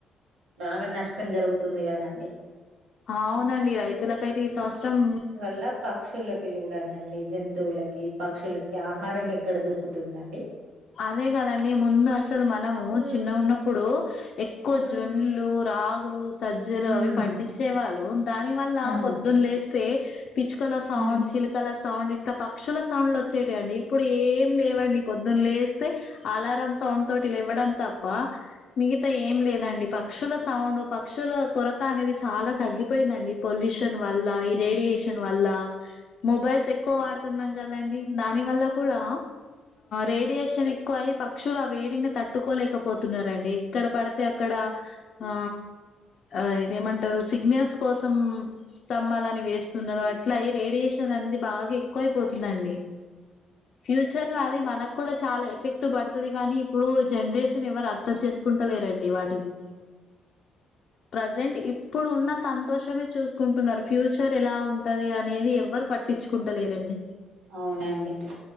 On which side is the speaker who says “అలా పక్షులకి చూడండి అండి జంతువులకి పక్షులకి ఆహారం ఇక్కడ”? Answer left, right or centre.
Right